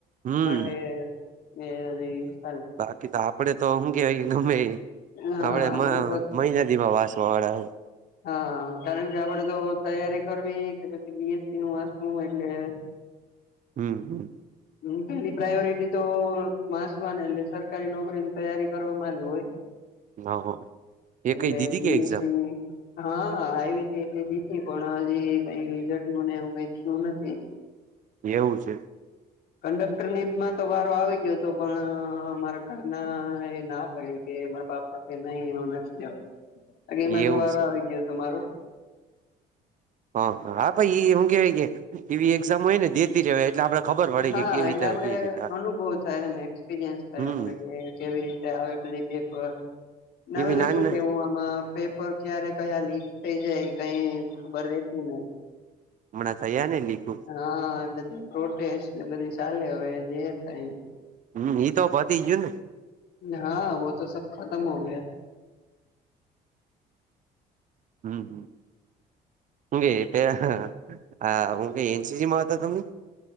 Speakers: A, on the right; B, on the left.
A: હમ
B: માટે ને હજી હાલે.
A: કી તો આપડે તો શું કેવાય ગમેઈ
B: હા
A: આપડે મ
B: બધું
A: મહિનાદીમાં વાસવા વાળા હી
B: હા કારણ કે આપડે તો તૈયારી કરવી કે પછી બી એસ સી નું વાસવું એટલે
A: હમ હમ.
B: હું તેની પ્રાયોરિટી તો વાસવાને એટલે સરકારી નોકરીની તૈયારી કરવામાં જ હોય.
A: હા એ
B: એટલે
A: કઈ દીધી
B: બી
A: કે એક્ઝામ
B: એસ સી હા આઈવી તી એટલી દીધી પણ હજી કઈ રીઝલ્ટનું ને એવું કાઈ થયું નથી
A: એવું છે.
B: કંડક્ટર નીમાં તો વારો આવી ગયો હતો પણ મારા ઘરના એ ના પહી કે મારા બાપા કે નહી એમાં નથી લેવુ
A: <inaudible>
B: બાકી એમાં તો
A: એવું
B: વારો
A: છે
B: આવી ગયો તો મારો
A: હ હ હા ભય ઈ એમ કેવાય કે એવી એક્ઝામ હોયને દેતી રેવાય એટલે આપણે ખબર પડે
B: હા
A: કે કેવી
B: એટલે
A: કેવી
B: આપડે
A: રીતે
B: અનુભવ થાય એમ એક્સપિરિયન્સ થાય
A: હમ
B: આપડે કે કેવી રીતે આવે બધી પેપર ને હવે
A: એવી
B: તો
A: નાની
B: શું કેવું આ માં પેપર ક્યારે કયા લીક થઈ જાય ઈ કાઈ ખબર રહેેતી નથી.
A: હમણા થયાને લીકુ-
B: હા બધી પ્રોટેસ્ટ ને બધી ચાલે હવે જે થાય ઈ
A: હમ ઈ તો પતી ગયું ને
B: હા વોતો સબ ખતમ હો ગયા
A: હમ હમ હુ કે પેલા આ શુકે એન સી સી માં હતા તમે